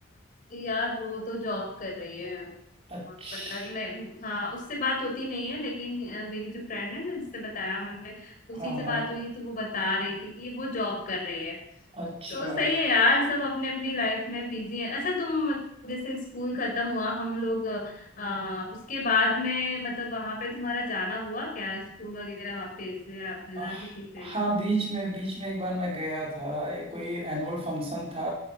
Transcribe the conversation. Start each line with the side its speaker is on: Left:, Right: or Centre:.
Left: यार वो तो जॉब कर रही है
Right: अच्छा
Left: पता मैं हाँ उससे बात होती नहीं है लेकिन अ, मेरी जो फ्रेंड है ना जिससे बताया मैंने उसी
Right: हाँ
Left: से
Right: हाँ
Left: बात हुई थी तो वो बता रही थी कि वो जॉब कर रही है
Right: अच्छा
Left: तो सही है यार सब अपने अपनी लाइफ में बिजी है अच्छा तुम जैसे स्कूल खत्म हुआ हम लोग अ, उसके बाद में मतलब वहां पे तुम्हारा जाना हुआ क्या स्कूल वगैरह वापस या मिलना
Right: आह,
Left: किसी से
Right: हाँ बीच में बीच में एक बार मैं गया था एक कोई एनुअल फंक्शन था